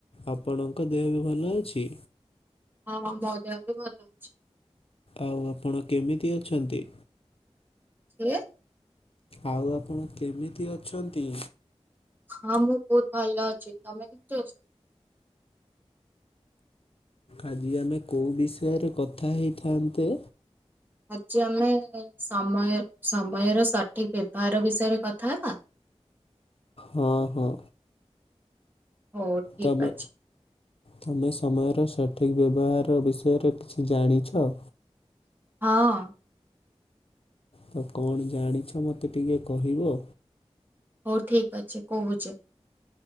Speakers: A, on the left (about 55°); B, on the right (about 15°).
A: ଆପଣଙ୍କ ଦେହ ଏବେ ଭଲ ଅଛି?
B: ହଁ, ମୋ ଦେହ ବି ଭଲ ଅଛି।
A: ଆଉ ଆପଣ କେମିତି ଅଛନ୍ତି?
B: କିଏ?
A: ଆଉ ଆପଣ କେମିତି ଅଛନ୍ତି?
B: ହଁ, ମୁଁ ବହୁତ ଭଲ ଅଛି। ତମେ କେମିତି ଅଛ?
A: ଆଜି ଆମେ କୋଉ ବିଷୟରେ କଥା ହେଇଥାନ୍ତେ?
B: ଆଜି ଆମେ ସମୟ-ସମୟର ସଠିକ ବ୍ୟବହାର ବିଷୟରେ କଥା ହେବା।
A: ହଁ ହଁ।
B: <unintelligible>
A: ତମେ
B: ଅଛି।
A: ତମେ ସମୟର ସଠିକ୍ ବ୍ୟବହାର ବିଷୟରେ କିଛି ଜାଣିଛ?
B: ହଁ।
A: ତ କଣ ଜାଣିଛ ମୋତେ ଟିକେ କହିବ?
B: ହଉ ଠିକ ଅଛି କହୁଛି।